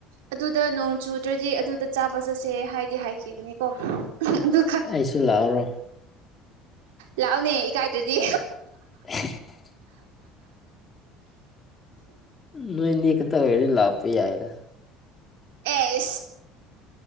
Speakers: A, on the right; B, on the left.
A: ꯑꯗꯨꯗ ꯅꯣꯡ ꯆꯨꯗ꯭ꯔꯥꯗꯤ ꯑꯗꯨꯗ ꯆꯥꯕ ꯆꯠꯁꯦ ꯍꯥꯏꯗꯤ ꯍꯥꯏꯈꯤꯕꯅꯤꯀꯣ ꯑꯗꯨ
B: ꯑꯩꯁꯨ ꯂꯥꯛꯎꯔꯣ
A: ꯂꯥꯛꯎꯅꯦ ꯏꯀꯥꯏꯗ꯭ꯔꯥꯗꯤ
B: <unintelligible> ꯅꯣꯏ ꯑꯅꯤ ꯈꯠꯇ ꯑꯣꯏꯔꯗꯤ ꯂꯥꯛꯄ ꯌꯥꯏꯗ
A: ꯑꯦ